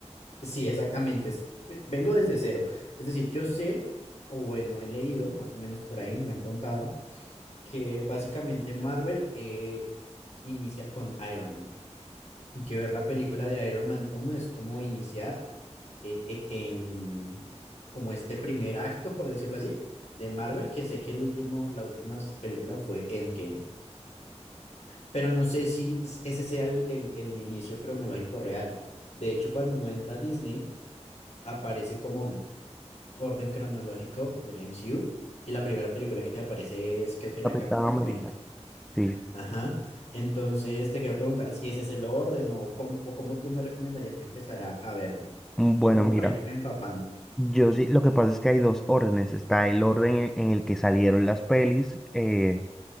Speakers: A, on the left; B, in the centre.
A: Sí, exactamente. es- ve- Vengo desde cero. Es decir, yo sé, o bueno, he leído, más o menos por ahí, me han contado, que básicamente Marvel eh, inicia con Iron Man. Que ver la película de Iron Man uno es como iniciar eh, eh, en como este primer acto, por decirlo así, de Marvel, que sé que el último, la última película fue Endgame. Pero no sé si s- ese sea el, el el inicio cronológico real. De hecho, cuando uno entra a Disney, aparece como orden cronológico del MCU y la primera película que te aparece es creo que la
B: Capitán
A: de Capitán
B: América.
A: América.
B: Sí,
A: Ajá. Entonces te quiero preguntar si ese es el orden o cómo, o cómo tú me recomendarías que empezara a verlo,
B: Mm, bueno,
A: como
B: mira.
A: para irme empapando.
B: Yo sí, lo que pasa es que hay dos órdenes. Está el orden en en el que salieron las pelis. eh,